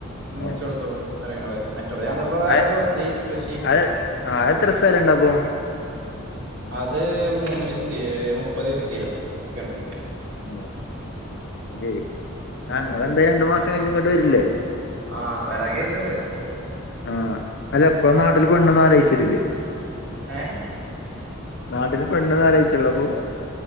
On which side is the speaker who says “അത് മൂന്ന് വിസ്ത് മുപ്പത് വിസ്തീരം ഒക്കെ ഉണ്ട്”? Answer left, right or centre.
Right